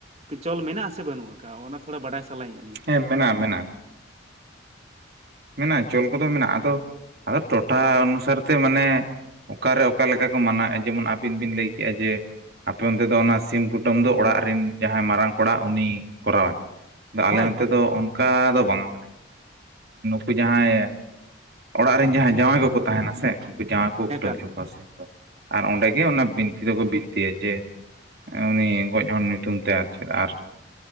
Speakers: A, on the right; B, on the right.
A: ᱪᱚᱞ ᱢᱮᱱᱟᱜ ᱥᱮ ᱵᱟᱹᱱᱩᱜ ᱟᱠᱟᱜ ᱚᱱᱟ ᱛᱷᱚᱲᱟ ᱵᱟᱰᱟᱭ ᱥᱟᱱᱟᱭᱮᱫ ᱞᱤᱧᱟ
B: ᱦᱮᱸ ᱢᱮᱱᱟᱜᱼᱟ ᱢᱮᱱᱟᱜᱼᱟ ᱢᱮᱱᱟᱜᱼᱟ ᱪᱚᱞ ᱠᱚᱫᱚ ᱢᱮᱱᱟᱜᱼᱟ ᱟᱫᱚ ᱟᱫᱚ ᱴᱚᱴᱷᱟ ᱚᱱᱩᱥᱟᱨ ᱛᱮ ᱢᱟᱱᱮ ᱚᱠᱟᱨᱮ ᱚᱠᱟ ᱞᱮᱠᱟ ᱠᱚ ᱢᱟᱱᱟᱣᱮᱫᱼᱟ ᱡᱮᱢᱚᱱ ᱟᱵᱤᱱ ᱵᱤᱱ ᱞᱟᱹᱭ ᱠᱮᱫᱼᱟ ᱡᱮ ᱟᱯᱮ ᱚᱱᱛᱮ ᱫᱚ ᱚᱱᱟ ᱥᱤᱢ ᱠᱩᱴᱟᱹᱢ ᱫᱚ ᱚᱲᱟᱜ ᱨᱮᱱ ᱡᱟᱦᱟᱸᱭ ᱢᱟᱨᱟᱝ ᱠᱚᱲᱟ ᱩᱱᱤ ᱠᱚᱨᱟᱣᱟᱭ ᱟᱞᱮ
A: ᱦᱳᱭ
B: ᱱᱚᱛᱮ
A: ᱦᱳᱭ
B: ᱫᱚ ᱚᱱᱠᱟ ᱫᱚ ᱵᱟᱝᱟ ᱢᱟᱱᱮ ᱩᱱᱠᱩ ᱡᱟᱦᱟᱸᱭ ᱚᱲᱟᱜ ᱨᱮᱱ ᱡᱟᱦᱟᱸᱭ ᱡᱟᱶᱟᱭ ᱠᱚᱠᱚ ᱛᱟᱦᱮᱱᱟ ᱥᱮ ᱡᱟᱶᱟᱭ ᱠᱚ
A: ᱮᱠᱟᱞ
B: ᱠᱩᱴᱟᱹᱢ ᱦᱚᱪᱚ ᱠᱚᱣᱟ ᱥᱮ ᱟᱨ ᱚᱸᱰᱮᱜᱮ ᱚᱱᱟ ᱵᱤᱱᱛᱤ ᱫᱚᱠᱚ ᱵᱤᱱᱛᱤᱭᱟ ᱡᱮ ᱩᱱᱤ ᱜᱚᱡ ᱦᱚᱲ ᱧᱩᱛᱩᱢ ᱛᱮ ᱟᱨ ᱪᱮᱫ ᱟᱨ